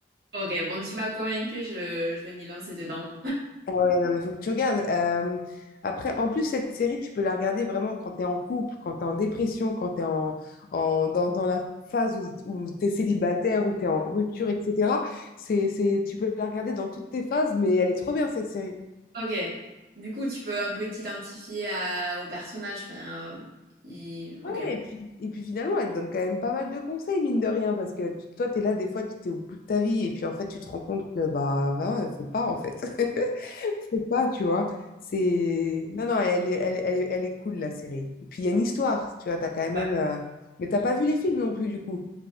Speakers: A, on the right (about 55°); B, on the left (about 50°).
A: Ok, bon, tu m'as convaincu, je, je vais m'y lancer dedans.
B: Ouais, non, mais faut que tu regardes. Euh, après, en plus, cette série, tu peux la regarder vraiment quand tu es en couple, quand tu es en dépression, quand tu es en, en- dans, dans la phase où, tu es célibataire, où tu es en rupture, etc. C'est, c'est, tu peux la regarder dans toutes tes phases, mais elle est trop bien, cette série.
A: Ok. Du coup, tu peux un peu t'identifier à- au personnage. Enfin, euh, il-
B: Ouais,
A: Ok. Ouais,
B: et puis, et puis finalement, elle te donne quand même pas mal de conseils, mine de rien, parce que tu- toi, tu es là, des fois, tu es au bout de ta vie, et puis en fait, tu te rends compte que, bah, il faut pas, en fait. <laughs> Faut pas, tu vois. C'est... Non, non, elle est, elle, est- elle, est elle est cool, la série. Et puis, il y a une histoire, tu vois, t'as quand même...
A: ouais.
B: euh, Mais t'as
A: Mm.
B: pas vu les films non plus, du coup.